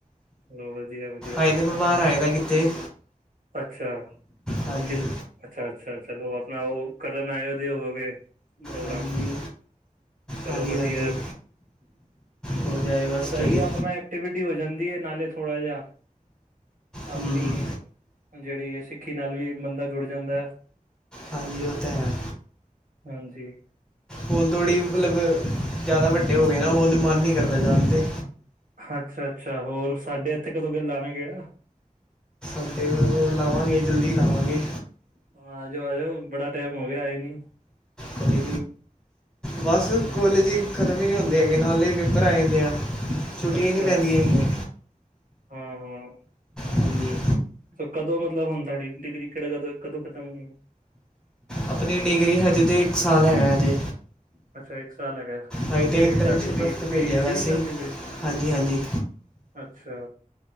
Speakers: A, on the right; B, in the centre.
A: ਚਲੋ ਵਧੀਆ ਵਧੀਆ
B: ਅਏ ਤਾਂ ਮੈਂ ਬਾਹਰ ਆਏ ਦਾ ਕਿਤੇ,
A: ਅੱਛਾ,
B: ਹਾਂਜੀ
A: ਕਿ ਅੱਛਾ-ਅੱਛਾ, ਚਲੋ ਆਪਣਾ ਉਹ ਕਰਨ ਆਏ, ਉਹਦੇ ਹੋ ਕੇ ਪ੍ਰੋਗਰਾਮ।
B: ਹਾਂਜੀ
A: ਚਲੋ
B: ਹਾਂਜੀ
A: ਵਧੀਆ
B: ਹਾਂਜੀ ਹੋ ਜਾਏ ਬਸ
A: ਸਹੀ
B: ਸਟੱਡੀ
A: ਹੈ ਆਪਣਾ, ਐਕਟੀਵਿਟੀ ਹੋ ਜਾਂਦੀ ਹੈ, ਨਾਲੇ ਥੋੜਾ ਜਿਹਾ ਆਪਣੀ
B: ਹੂੰ
A: ਜਿਹੜੀ ਹੈ ਸਿੱਖੀ ਨਾਲ ਵੀ ਬੰਦਾ ਜੁੜ ਜਾਂਦਾ ਹੈ।
B: ਹਾਜੀ ਹੋ ਤੇ ਹੈ,
A: ਹਾਂਜੀ,
B: ਹੁਣ ਤੋੜੀ ਮਤਲਬ ਜ਼ਿਆਦਾ ਵੱਡੇ ਹੋ ਗਏ ਨਾ, ਉਹਣ ਮਨ ਨਹੀਂ ਕਰਦਾ ਜਾਣ ਤੇ,
A: ਅੱਛਾ-ਅੱਛਾ, ਹੋਰ ਸਾਡੇ ਇੱਥੇ ਕਦੋਂ ਕਿਲਾ ਨੇ ਕਿਹੜਾ?
B: ਅਤੇ ਉਹ ਲਾਵਾਂਗੇ ਜਲਦੀ ਲਾਵਾਂਗੇ।
A: ਆ ਜਾਓ, ਆ ਜਾਓ ਬੜਾ ਟਾਈਮ ਹੋ ਗਿਆ ਆਏ ਨਹੀਂ
B: ਕੋਈ ਬਸ
A: ਹਮ
B: ਕਾਲਜ ਹੀ ਖਤਮ ਹੀ ਨਹੀਂ ਹੁੰਦੇ ਹੈਗੇ, ਨਾਲੇ ਹੀ ਪੇਪਰ ਆ ਜਾਂਦੇ ਆ ਛੁੱਟੀਆਂ
A: ਅੱਛਾ,
B: ਹੀ ਨਹੀਂ ਪੈਂਦੀਆਂ ਹੈਗੀਆਂ
A: ਹਾਂ -ਹਾਂ
B: ਹਾਂਜੀ
A: ਕਦੋਂ ਮਤਲਬ ਹੁਣ ਤੁਹਾਡੀ ਡਿਗਰੀ ਕਿਹੜਾ ਕ ਕਦੋਂ ਖਤਮ ਹੋਣੀ ਆ
B: ਆਪਣੀ ਡਿਗਰੀ ਹਜੇ ਤਾਂ ਇੱਕ ਸਾਲ ਹੈਗਾ ਹਜੇ
A: ਅੱਛਾ ਇੱਕ ਸਾਲ ਹੈਗਾ,
B: ਹਾਂਜੀ ਅਤੇ
A: ਕਿਹੜੇ
B: ਇੰਟਰਨਸ਼ਿਪ
A: ਤੁਹਾਡੀ ਬੀ
B: ਵਾਸਤੇ ਭੇਜਿਆ
A: ਬੀ
B: ਵੈਸੇ
A: ਸੀ ਏ ਚੱਲਦੀ
B: ਹੀ
A: ਵੀ
B: ਹਾਂਜੀ- ਹਾਂਜੀ
A: ਅੱਛਾ